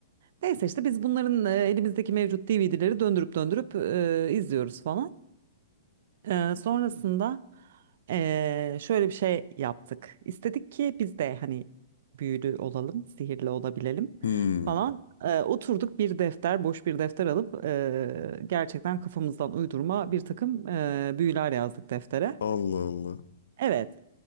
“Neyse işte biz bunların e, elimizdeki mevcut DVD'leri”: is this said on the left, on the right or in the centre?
Right